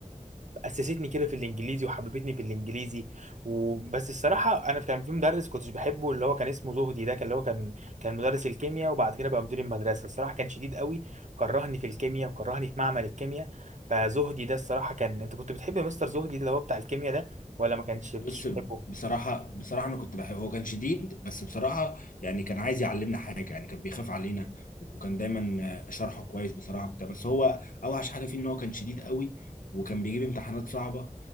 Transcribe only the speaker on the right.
اسستني كده في الانجليزي وحببتني في الانجليزي وبس الصراحه انا كان في مدرس كنتش بحبه اللي هو كان اسمه زهدي ده كان اللي هو كان كان مدرس الكيمياء وبعد كده بقى مدير المدرسه الصراحه كان شديد قوي كرهني في الكيمياء وكرهني في معمل الكيمياء فزهدي ده الصراحة كان انت كنت بتحب مستر زهدي اللي هو بتاع الكيمياء ده ولا ما كانش
بتش- بتحبه